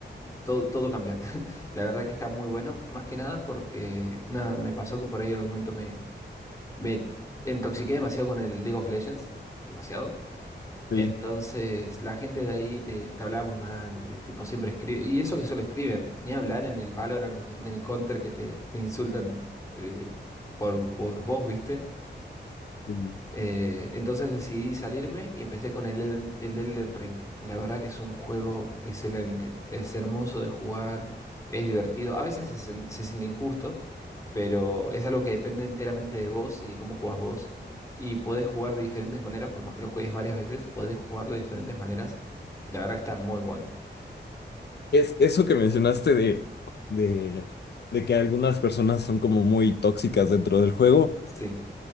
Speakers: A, on the left (about 15°); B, on the left (about 65°).
A: todo, todo cambia. <laughs> La verdad que está muy bueno, más que nada porque, nada, me pasó que por ahí en algún momento me, me intoxiqué demasiado con el League of Legends, demasiado.
B: Sí,
A: Entonces, la gente de ahí te, te hablaba muy mal, y tipo siempre escribe, y eso que solo escriben, ni hablar en el Valorant ni, ni el Counter que te, te insultan eh, por, por vos, ¿viste?
B: sí.
A: Eh, entonces decidí salirme y empecé con el Elden, el Elden Ring. Y la verdad que es un juego excelente. Es hermoso de jugar, es divertido. A veces se, sen- se siente injusto, pero es algo que depende enteramente de vos y de cómo jugás vos. Y podés jugar de diferentes maneras, por más que lo juegues varias veces, podés jugarlo de diferentes maneras. Y la verdad que está muy bueno.
B: Es eso que mencionaste de, de, de que algunas personas son como muy tóxicas dentro del juego.
A: Sí.